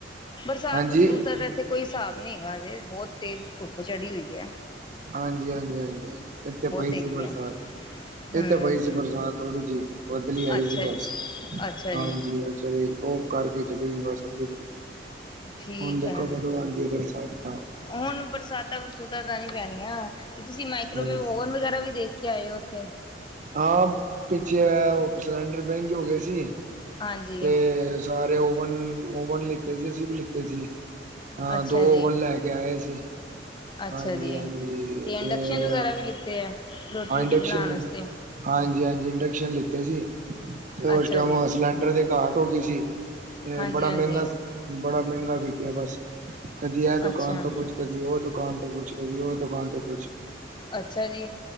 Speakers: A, on the left; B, on the right.
A: ਬਰਸਾਤ-ਬਰਸੂਤ
B: ਹਾਂਜੀ।
A: ਦਾ ਤੇ ਤੇ ਕੋਈ ਹਿਸਾਬ ਨੀ ਹੈਗਾ ਹਜੇ ਬੋਹਤ ਤੇਜ਼ ਧੁੱਪ ਚੜੀ ਹੋਈ ਐ।
B: ਹਾਂਜੀ-ਹਾਂਜੀ-ਹਾਂਜੀ, ਇੱਥੇ ਪਈ
A: ਹੈਗੀ
B: ਸੀ ਬਰਸਾਤ।
A: ਹੈ ਹਮ
B: ਇਥੇ ਪਈ ਸੀ ਬਰਸਾਤ ਥੋੜੀ ਜੀ ਬੱਦਲੀ ਆਈ
A: ਅੱਛਾ
B: ਸੀ ਬਸ,
A: ਅੱਛਾ
B: ਹਾਂਜੀ
A: ਜੀ
B: ਅ ਚਲੀ ਗਈ ਓ ਕਰਕੇ ਚਲੀ ਗਈ ਬਸ <unintelligible>
A: ਠੀਕ
B: ਹੁਣ ਦੇਖੋ
A: ਹੈ
B: ਕਦੋਂ ਆਂਦੀ ਐ ਬਰਸਾਤਾਂ।
A: ਹੁਣ ਬਰਸਾਤਾਂ-ਬਰਸੂਤਾਂ ਤਾਂ ਨੀ ਪੈਨੀਆਂ ਤੇ ਤੁਸੀਂ ਮਾਈਕਰੋਵੇਵ
B: ਹਾਂਜੀ
A: ਓਵਨ ਵਗੈਰਾ ਵੀ ਦੇਖ ਕੇ ਆਏ ਓ। ਤੇ
B: ਹਾਂ, ਪਿੱਛੇ ਐ ਓ ਸਿਲੰਡਰ ਮੈਂਗੇ ਹੋ ਗਏ ਸੀ,
A: ਹਾਂਜੀ
B: ਤੇ ਸਾਰੇ ਓਵਨ, ਓਵਨ ਲਿੱਤੇ ਸੀ ਅਸੀਂ ਵੀ ਲਿੱਤੇ ਸੀ। ਹਾਂ
A: ਅੱਛਾ
B: ਦੋ
A: ਜੀ
B: ਓਵਨ ਲੈ ਕੇ ਆਏ ਸੀ।
A: ਅੱਛਾ
B: ਹਾਂਜੀ-ਹਾਂਜੀ,
A: ਜੀ ਇੰਡਕਸ਼ਨ
B: ਤੇ
A: ਵਗੈਰਾ
B: ਅ,
A: ਵੀ ਲਿੱਤੇ ਆ ਰੋਟੀ
B: ਅ
A: ਰੂਟੀ
B: ਇੰਡੈਕਸ਼ਨ।
A: ਬਣਾਉਣ ਵਾਸਤੇ
B: ਹਾਂਜੀ-ਹਾਂਜੀ, ਇੰਡੈਕਸ਼ਨ ਲਿੱਤੇ ਸੀ ਤੇ ਓਸ
A: ਅੱਛਾ
B: ਟੈਮ
A: ਜੀ
B: ਸਿਲੰਡਰ ਦੀ ਘਾਟ ਹੋ ਗੀ ਸੀ। ਤੇ
A: ਹਾਂਜੀ
B: ਬੜਾ
A: ਹਾਂਜੀ
B: ਮੈਂਗਾ ਸੀ ਬੜਾ ਮੈਂਗਾ ਵਿਕਿਆ ਬਸ, ਕਦੀ ਐ ਦੁਕਾਨ
A: ਅੱਛਾ
B: ਤੋ ਕੁਛ ਕਦੀ ਓ ਦੁਕਾਨ ਤੋਂ ਕੁਛ ਕਦੀ ਓ ਦੁਕਾਨ ਤੋਂ ਕੁਛ।
A: ਅੱਛਾ ਜੀ।